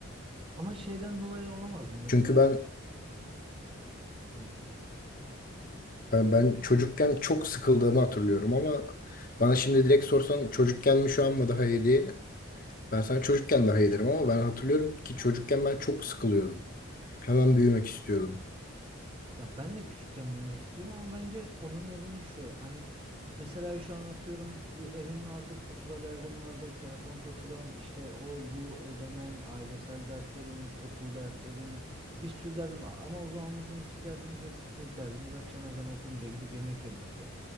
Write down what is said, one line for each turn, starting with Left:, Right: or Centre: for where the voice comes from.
Right: Ama şeyden dolayı olamaz mı? Mesela
Left: Çünkü ben
Right: Buyur.
Left: Ben, ben çocukken çok sıkıldığımı hatırlıyorum ama bana şimdi direkt sorsan çocukken mi şu an mı daha iyiydi? Ben sana çocukken daha iyi derim ama ben hatırlıyorum ki çocukken ben çok sıkılıyordum. Hemen büyümek istiyordum.
Right: Ya ben de küçükken büyümek istiyorum ama bence onun nedeni şu. Hani mesela şu an atıyorum bir evin vardır, fatura derdin vardır, telefon faturan, işte o bu ödemen, ailesel dertlerin, okul dertlerin, bir sürü derdin var. Ama o zaman mesela hiçbir derdimiz yoktu. Tek derdimiz akşam ezanı okununca gidip yemek yemekti.